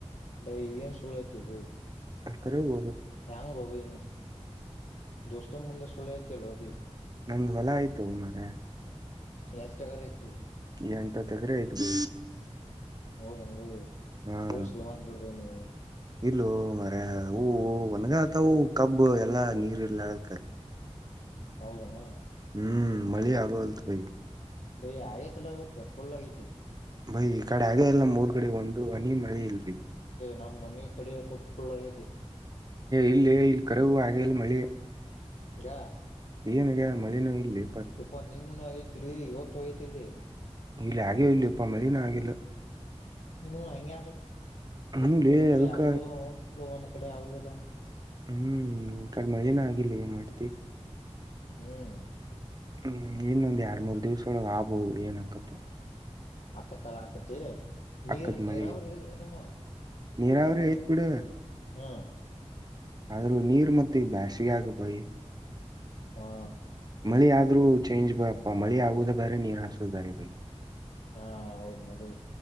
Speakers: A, on the left; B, on the right.
A: ಬೈ ಏನ್ ಸಳ್ಳ ಹೇಳ್ತಿಹೋ ಬೈ.
B: ಕರ್ ಕರೆವು.
A: ಯಂಗಬೈ ನೀ ದೋಸ್ತರ ಮುಂದ ಸುಳ್ ಕೇಳ್ತಿಹೋ ಬೈ.
B: ನಮ್ದು ಹೊಲಆಯಿತೋ ಮಾರಾಯ.
A: <unintelligible>
B: ಎಂಟ್ ಹತ್ತ ಎಕ್ರೆ ಆಯಿತ್ ಬೈ.
A: ಹೌದನ್ ರೀ
B: ಹಾ
A: ಪೊಲೀಸ್ <unintelligible> ನೀವು
B: ಇಲ್ಲೋ ಮಾರಾಯ್ ಅವು ಒಣಗತವುಅವು ಕಬ್ಬ ಎಲ್ಲಾ ನೀರ್ ಇರ್ಲಾರ್ದಕ್ಕ.
A: ಹೌದ ಅಲ್ಲ.
B: ಹ್ಮ್ ಮಳಿ ಆಗ್ವಲ್ತು ಬೈ.
A: ಬೈ ಆಗ್ಯಾಯಿತಲ್ ಇವತ್ತ್ ಫುಲ್ ಆಗ್ಯಾತಿ.
B: ಬೈ ಈ ಕಡಿ ಆಗೇ ಇಲ್ಲ ಮೂರ್ ಕಡೆ ಒಂದು ಹನಿ ಮಳೆ ಇಲ್ ಬೈ.
A: ನಮ್ಮ್ ಮನೀ ಕಡೆ ಅಂತೂ ಫುಲ್ ಆಗ್ಯಾತಿ.
B: ಇಲ್ಲ ಇಲ್ಲಿ ಕರೆಗೂ ಆಗೇಲ್ಲ ಮಳಿ.
A: ಗಾ,
B: ಏನಾಗ ಮಳೆನೂ ಇಲ್ಲಿ,
A: ಏಪ್ಪ್ ನಿನ್ನೀನು ಆಗ್ಯಾತಿ ಇವತ್ತು ಆಗ್ಯಾತಿಲಿ.
B: ಇಲ್ಲಿ ಆಗ್ಯ ಇಲ್ಲಲೆ ಎಪ್ಪ ಮಳಿನೆ ಆಗಿಲ್ಲ.
A: ನೀನು ಹಂಗೆ
B: ಹ್ಮ್ ಲೇ
A: ಒಂದ್ ಕಡೆ
B: ಅದಕ್ಕ
A: ಆಗುದು ನೋ ಒಂದ್ ಕಡೆ ಆಗುದಿಲ್ಲ.
B: ಹ್ಮ್ ಈ ಕಡೆ ಮಳೆನ ಆಗಿಲ್ಲ ಏನ್ ಮಾಡ್ತಿ.
A: ಹ್ಮ್.
B: ಹ್ಮ್ ಇನ್ನೊಂದ್ ಎರಡ್ ಮೂರ್ ದಿವ್ಸೊಳಗ್ ಆಗ್ಬಹುದು ಏನ್ಕತತೊ.
A: ಆಕತ್ತ ಹೇಳ್ ಆಕತಿ ನೀರ್
B: ಅಕ್ಕತ್
A: ನೀರಾವರಿ
B: ಮಳಿ
A: ಇಲ್ನ ನಿಮ್ಮ.
B: ನೀರಾವರಿ ಐತ್ ಬಿಡ.
A: ಹ್ಮ್.
B: ಆದ್ರೂ ನೀರ್ ಮತ್ತೆ ಈ ಬ್ಯಾಸ್ಗೆ ಆಗ ಬೈ.
A: ಹಾ.
B: ಮಳಿ ಆದ್ರೂ ಚೇಂಜ್ ಬಪಾ ಮಳಿ ಆಗುದೇ ಬೇರೆ ನೀರ ಹಾಸುದ್ ಬಾರೆ ಬೈ.
A: ಹಾ ಹೌದು ನ ಬೈ.